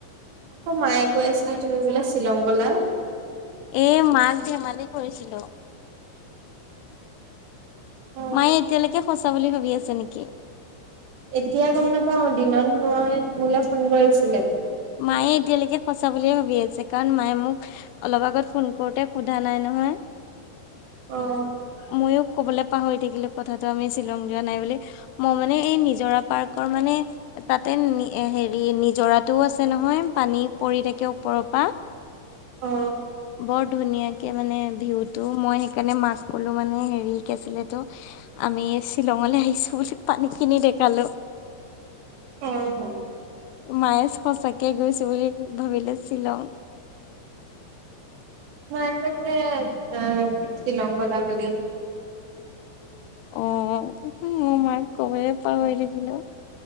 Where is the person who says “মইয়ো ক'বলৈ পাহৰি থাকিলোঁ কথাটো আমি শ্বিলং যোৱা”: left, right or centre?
Left